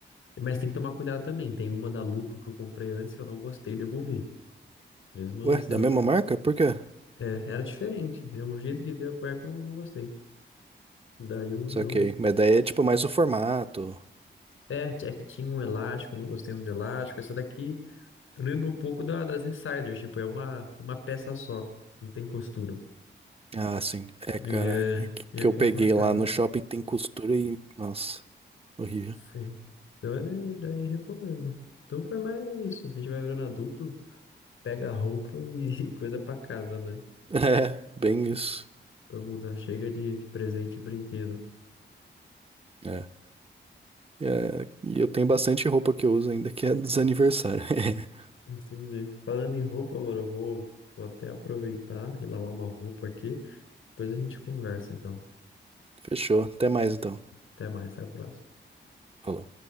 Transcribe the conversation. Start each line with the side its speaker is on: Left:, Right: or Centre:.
Left: Mas tem que tomar cuidado também. Tem uma da Lupo que eu comprei antes que eu não gostei e devolvi. Mesmo
Right: Ué,
Left: sendo.
Right: da mesma
Left: da-
Right: marca? Por quê?
Left: É, era diferente. Eu, o jeito que veio a cueca eu não, não gostei. Daí eu,
Right: Saquei.
Left: eu-
Right: Mas daí é tipo mais o formato.
Left: É, é que tinha um elástico, eu não gostei muito de elástico. Essa daqui lembra um pouco da, das Insiders. Tipo, é uma, uma peça só. Não tem costura.
Right: Ah, sim. É, cara,
Left: E é,
Right: é que
Left: e
Right: que
Left: é confortável.
Right: eu peguei lá no shopping tem costura e. Nossa, horrível.
Left: Sim.
Right: <laughs>
Left: Eu daí, daí recomendo. Então foi mais isso. A gente vai virando adulto, pega a roupa e <laughs> coisa pra casa, né?
Right: É, bem isso.
Left: Vai mudar. Chega de presente e brinquedo.
Right: É. É, e eu tenho bastante roupa que eu uso ainda que é dos aniversários. <laughs>
Left: Entendi. Falando em roupa, mano, eu vou, vou até aproveitar e lavar uma roupa aqui. Depois a gente conversa, então.
Right: Fechou. Até mais então.
Left: Até mais, até a próxima.
Right: Falou.